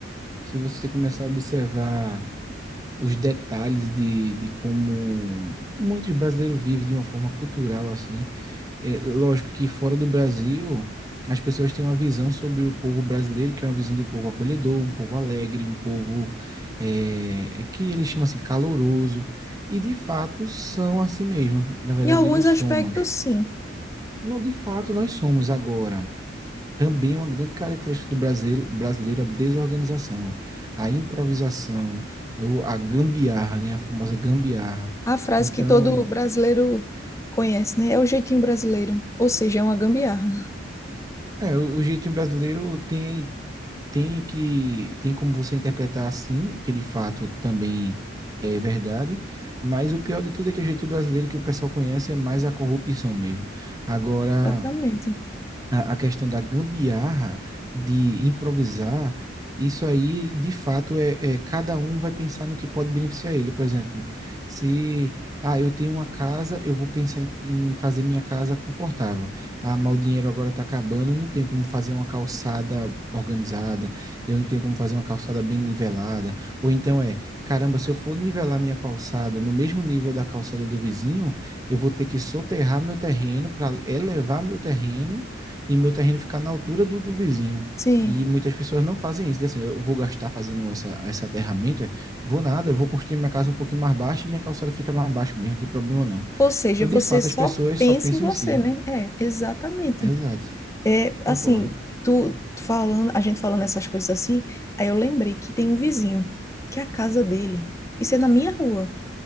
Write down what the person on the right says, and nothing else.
se você começar a observar os detalhes de, de como muitos brasileiros vivem de uma forma cultural assim É, lógico que fora do Brasil, as pessoas têm uma visão sobre o povo brasileiro, que é uma visão de um povo acolhedor, um povo alegre, um povo é, é que eles chamam assim caloroso. E de fato são assim mesmo. Na verdade,
eu digo somos.
Não, de fato, nós somos agora. Também é uma grande característica do Brasil, brasileiro a desorganização, a improvisação, o- a gambiarra, né? A famosa gambiarra.
Então,
é, o o jeitinho brasileiro tem tem que tem como você interpretar assim, que de fato também é verdade, mas o pior de tudo é que o jeitinho brasileiro que o pessoal conhece é mais a corrupção mesmo. Agora,
a, a questão da gambiarra, de improvisar, isso aí, de fato, é, é cada um vai pensar no que pode beneficiar ele. Por exemplo, se ah, eu tenho uma casa, eu vou pensar em, em fazer minha casa confortável. Ah, mas o dinheiro agora está acabando, eu não tenho como fazer uma calçada organizada, eu não tenho como fazer uma calçada bem nivelada. Ou então é, caramba, se eu for nivelar minha calçada no mesmo nível da calçada do vizinho, eu vou ter que soterrar meu terreno para elevar meu terreno e meu terreno ficar na altura do, do vizinho.
E muitas pessoas não fazem isso. Dizem assim, eu vou gastar fazendo essa, esse aterramento, é, vou nada, eu vou construir minha casa um pouquinho mais baixa e minha calçada fica mais baixa mesmo, não tem problema não.
Então,
de fato,
as pessoas
só pensam
em si.
Exato,
concordo.